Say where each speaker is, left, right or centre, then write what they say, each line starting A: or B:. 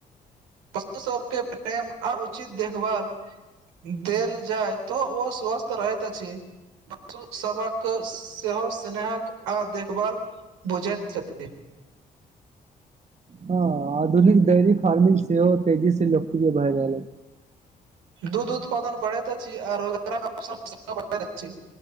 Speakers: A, on the right (about 75°); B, on the right (about 35°).
A: पशु सबके प्रेम आ उचित देखभाल देल जाय तो ओ स्वस्थ रहैत अछि पशु सबहक क सेहो स्नेहक आ देखभाल बुझैत छथि
B: हँ आधुनिक डेयरी फार्मिंग सेहो तेजी से लोकप्रिय भए रहलै
A: दूध उत्पादन बढ़ैत अछि आ रोजगारक अबसर सेहो बढ़ैत अछि